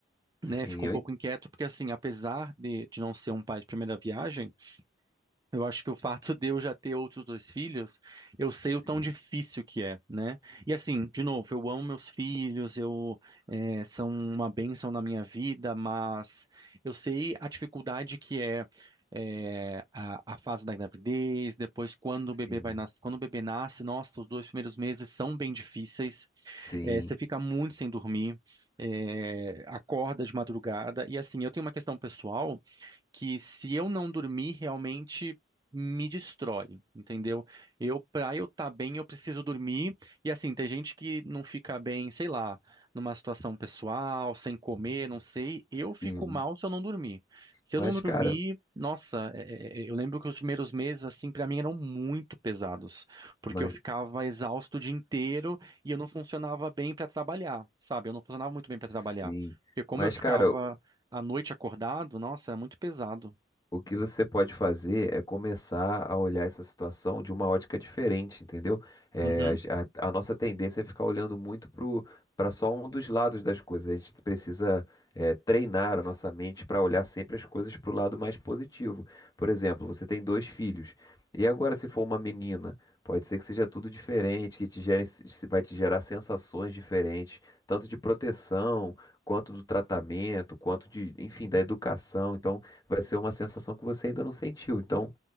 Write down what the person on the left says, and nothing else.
Sim,
eu,
en-
sim,
sim,
sim,
sim.
Mas,
cara,
mas,
sim.
Mas,
cara,
O que você pode fazer é começar a olhar essa situação de uma ótica diferente, entendeu? É,
a, ge- a- a nossa tendência é ficar olhando muito pro, para só um dos lados das coisas. A gente precisa, é, treinar a nossa mente para olhar sempre as coisas para o lado mais positivo. Por exemplo, você tem dois filhos. E agora, se for uma menina, pode ser que seja tudo diferente, que te gere, se- vai te gerar sensações diferentes, tanto de proteção, quanto do tratamento, quanto de, enfim, da educação. Então, vai ser uma sensação que você ainda não sentiu. Então,